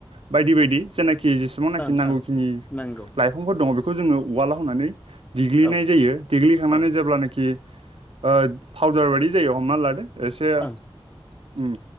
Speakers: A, on the right; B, on the left.
A: बायदि बायदि जेनाखि जेसेबांनाखि
B: ओं
A: नांगौखिनि
B: ओं नांगौ
A: लाइफा दफांफोर दङ बेखौ जोङो उवााल होनानै देग्लिनाय
B: औ
A: जायो देग्लिखांनानै
B: ओं
A: जेब्लानाखि ओ फावदार बायदि जायो हमना लादो एसे ओम
B: ओं